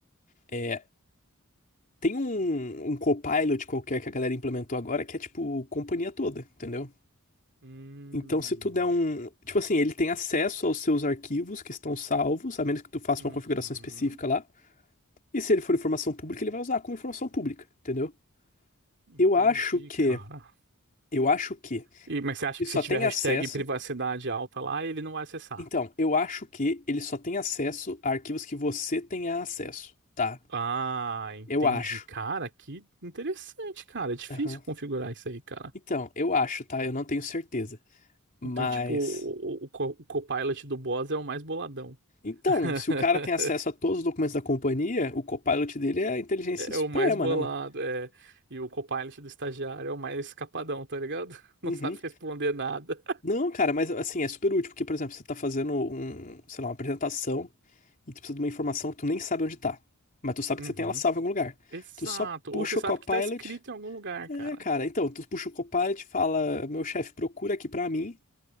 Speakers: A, on the left; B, on the right.
A: É, tem um, um Copilot qualquer que a galera implementou agora que é tipo companhia toda, entendeu?
B: Hum.
A: Então, se tu der um. Tipo assim, ele tem acesso aos seus arquivos que estão salvos, a menos que tu faça
B: Uhum.
A: uma configuração específica lá. E se ele for informação pública, ele vai usar como informação pública, entendeu?
B: Entendi,
A: Eu acho que.
B: cara.
A: Eu acho que
B: E, mas você acha
A: ele
B: que
A: só
B: se tiver
A: tem
B: hashtag
A: acesso.
B: privacidade alta lá, ele não vai acessar?
A: Então, eu acho que ele só tem acesso a arquivos que você tenha acesso, tá?
B: Ah, entendi.
A: Eu acho.
B: Cara, que interessante, cara. É difícil
A: Aham.
B: configurar isso aí, cara.
A: Então, eu acho, tá? Eu não tenho certeza. Mas.
B: Então, tipo, o, o, o co- o Copilot do boss é o mais boladão.
A: Então,
B: <laughs>
A: se o cara tem acesso a todos os documentos da companhia, o Copilot dele é a inteligência
B: É
A: suprema,
B: o mais bolado,
A: né, mano?
B: é. E o Copilot do estagiário é o mais capadão, tá ligado? <laughs>
A: Uhum.
B: Não sabe responder nada.
A: Não, cara, mas assim, é super útil, porque, por exemplo, você tá fazendo um, sei lá, uma apresentação e tu precisa de uma informação que tu nem sabe onde tá. Mas tu sabe
B: Uhum.
A: que você tem ela salva em algum lugar.
B: Exato.
A: Tu só puxa
B: Ou você sabe
A: o Copilot.
B: que tá escrito em algum lugar,
A: É,
B: cara.
A: cara, então, tu puxa o Copilot, fala, meu chefe, procura aqui pra mim,